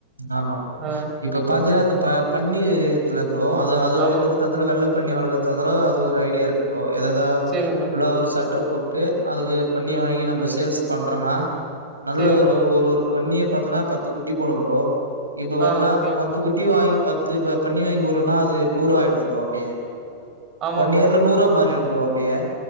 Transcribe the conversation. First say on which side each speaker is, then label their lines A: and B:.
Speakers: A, on the right; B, on the right.
A: ஆமாப்போ
B: ஆ
A: இப்ப பாத்தீங்கன்னா இந்த ப பண் <unintelligible> இருக்கல ப்ரோ அது அது வளர்க்கறதுந்தாலு
B: ஆமா ப்ரோ
A: வெள்ள பண்ணி வளர்க்க த இருந்தாலும் அது ஒரு ஐடியா இருக்கும் ப்ரோ ஏதாவது இத
B: சேரிங்க ப்ரோ
A: உள்ள ஒரு சற்று போட்டு அதுக்கு பண்ணி வாங்கி நம்ம சேல்ஸ் பண்றம்னா நல்ல
B: சேரிங்க
A: ஒரு
B: ப்ரோ
A: ஒரு ஒரு பண்ணிய பாத்தனா பத்து குட்டி போடும் ப்ரோ இப்ப பாத்தன்னா
B: ஆ ஓகே
A: பத்து
B: ப்ரோ.
A: குட்டி வாங்கி பத் பத்து ப பண்ணி வாங்கி விடுறேன்னா அது நூறுா ஆயிடும் ப்ரோ அப்படியே
B: ஆமா
A: ஒன்
B: ப்ரோ.
A: இயர்ல நூறா மாறிரும் ப்ரோ அப்படியா